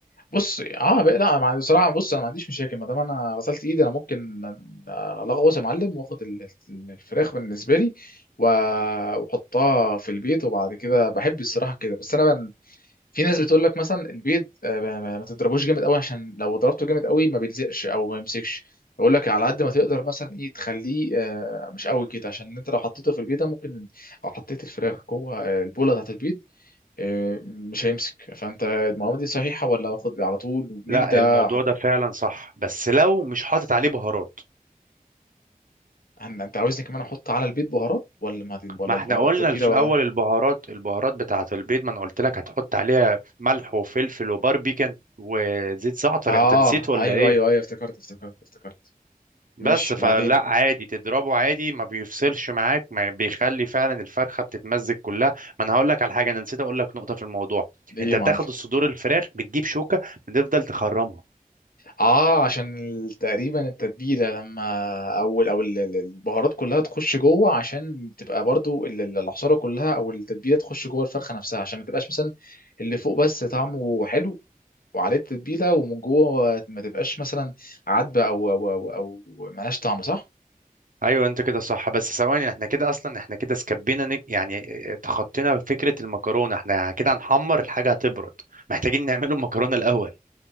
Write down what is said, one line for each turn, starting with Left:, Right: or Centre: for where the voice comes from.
Left: بص اه بقى لا مع- بصراحه بص انا ما عنديش مشاكل ما دام انا غسلت ايدي انا ممكن الغوص يا معلم واخد ال- ال- الفراخ بالنسبه لي و- واحطها في البيت وبعد كده بحب الصراحه كده بس انا من في ناس بتقول لك مثلا البيض آه، ما ما- ما تضربوش جامد قوي عشان لو ضربته جامد قوي ما بيلزقش او ما يمسكش بقول لك على قد ما تقدر مثلا ايه تخليه آه، مش قوي كده عشان انت لو حطيته في البيضه ممكن او حطيت الفراخ جوه آه، البوله بتاعت البيض آه، مش هيمسك فانت المعلومه دي صحيحه ولا باخد على طول ومين
Right: لا
Left: ده
Right: الموضوع
Left: احط
Right: ده فعلا صح بس لو مش حاطط عليه بهارات
Left: هن- انت عاوزني كمان احط على البيض بهارات ولا ما دي ولا
Right: ما احنا
Left: البهارات
Right: قلنا
Left: التتبيله
Right: في
Left: لوحدها
Right: الأول البهارات البهارات بتاعت البيض ما انا قلت لك هتحط عليها ملح وفلفل وباربيكان وزيت زعتر
Left: اه
Right: انت نسيت ولا
Left: ايوه
Right: ايه
Left: ايوه ايوه افتكرت افتكرت افتكرت
Right: بس
Left: ماشي
Right: فلا
Left: وبعدين
Right: عادي تضربه عادي ما بيفصلش معاك ما بيخلي فعلا الفرخة بتتمزج كلها ما انا هقول لك على حاجة انا نسيت اقول لك نقطة في الموضوع
Left: ايه
Right: انت
Left: يا
Right: بتاخد
Left: معلم
Right: الصدور الفراخ بتجيب شوكة بتفضل تخرمها
Left: اه عشان ال- تقريبا التتبيله لما او ال- او ال- ال- البهارات كلها تخش جوه عشان تبقى برضو ال- ال- العصاره كلها او التتبيله تخش جوه الفرخه نفسها عشان ما تبقاش مثلا اللي فوق بس طعمه حلو وعليه التتبيله ومن جوه ما تبقاش مثلا عدبه او او او, أو ملهاش طعم صح
Right: ايوه انت كده صح بس ثواني احنا كده اصلا احنا كده سكبينا نج... يعني تخطينا فكره المكرونه احنا كده هنحمر الحاجه هتبرد محتاجين نعمله المكرونه الاول